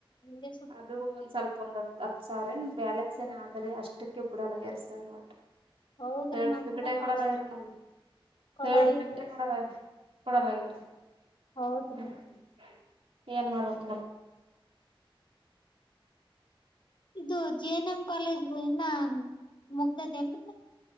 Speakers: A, on the left; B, on the right.
A: ಹೆಂಗಸು <inaudible>
B: ಅದು ಒಂದ್ ಸ್ವಲ್ಪ ಒಂದ ಹತ್ತ ಹತ್ತು ಸಾವಿರ ಏನ್ ಬ್ಯಾಲೆನ್ಸ್ ಏನ ಆದ್ರರೆ ಅಷ್ಟಕ್ಕೆ ಬಿಡಲ್ಲ ಎರ್ ಸ್ಯಾರ ಒಟ್ಟ. <inaudible>
A: ಹೌದ್ರಿ
B: ಸರ್ಟಿಫಿಕಟೆ
A: ನಮ್ಮನ್
B: ಕೂಡಲ್ಲ
A: ಅಷ್ಟ
B: ಆಗಿರಲ್ಲ ನಮ್ಮದ. <inaudible>
A: ಕೊಡಲ್ರಿ
B: ಸರ್ಟಿಫಿಕೆಟ್ ಕೂಡಲ್ಲ ಕೊಡಲಾಗ್ಯಾರ
A: ಹೌದ್ರಿ
B: ಹೂ <inaudible> ಏನ್ ಮಾಡಬೇಕ ನೋಡ. <inaudible>
A: ಇದು ಜೆ ಎನ್ ಎಂ ಕಾಲೇಜ್ ಗಳ ಇನ್ನ ಮುಗದದ ಏನ್ರೀ ಮತ್ತ? <inaudible>